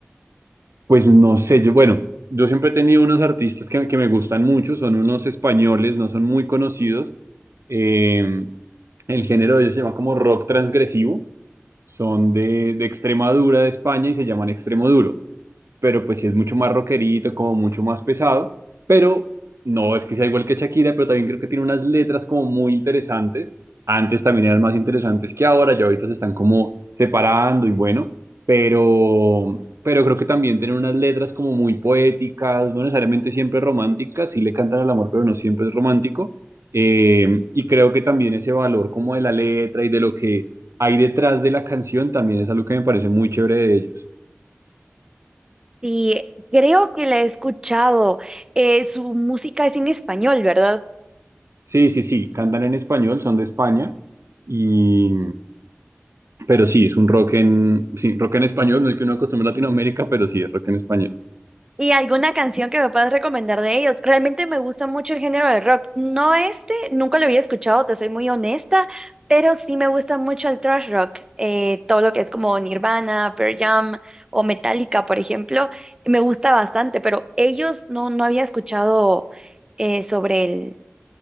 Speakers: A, on the right (about 80°); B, on the right (about 15°).
A: Pues no sé, yo, bueno, yo siempre he tenido unos artistas que, que me gustan mucho, son unos españoles, no son muy conocidos. Eh, el género de ellos se llama como rock transgresivo, son de, de Extremadura, de España, y se llaman extremoduro pero pues sí es mucho más rockerito, como mucho más pesado, pero no es que sea igual que Shakira, pero también creo que tiene unas letras como muy interesantes. Antes también eran más interesantes que ahora, ya ahorita se están como separando y bueno, pero, pero creo que también tienen unas letras como muy poéticas, no necesariamente siempre románticas, sí le cantan al amor, pero no siempre es romántico. Eh, y creo que también ese valor como de la letra y de lo que hay detrás de la canción también es algo que me parece muy chévere de ellos.
B: Sí, creo que la he escuchado. Eh, su música es en español, ¿verdad?
A: Sí, sí, sí, cantan en español, son de España, y... pero sí, es un rock en, sí, rock en español, no es el que uno acostumbra en Latinoamérica, pero sí, es rock en español.
B: Y alguna canción que me puedas recomendar de ellos. Realmente me gusta mucho el género de rock. No este, nunca lo había escuchado, te soy muy honesta, pero sí me gusta mucho el thrash rock. Eh, todo lo que es como Nirvana, Pearl Jam o Metallica, por ejemplo, me gusta bastante, pero ellos no, no había escuchado eh, sobre el,